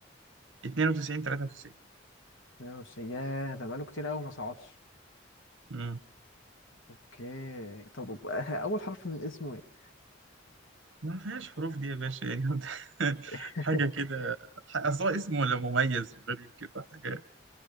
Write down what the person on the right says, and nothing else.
92 93
امم
ما فيهاش حروف دي يا باشا يعني <laughs> انت
حاجه كده اصل هو اسمه ولا مميز وغريب كده حاجه